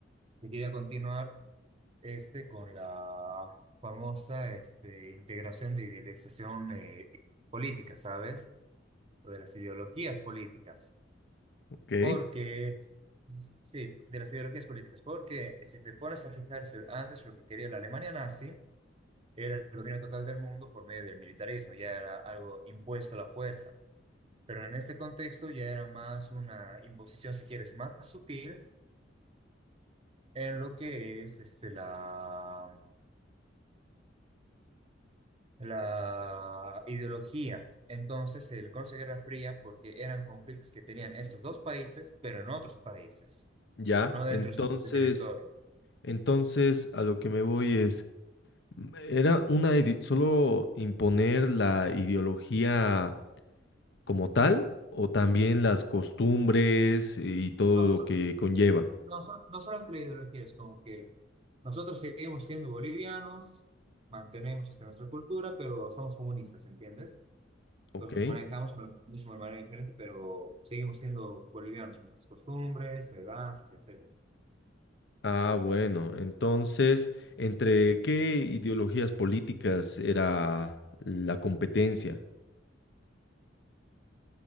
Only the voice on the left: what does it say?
¿Ok?
Ya,
entonces,
entonces a lo que me voy es, mm, ¿era una ide- solo imponer la ideología como tal o también las costumbres y todo
lo que conlleva?
¿Ok?
Ah, bueno, entonces, ¿entre qué ideologías políticas era la competencia?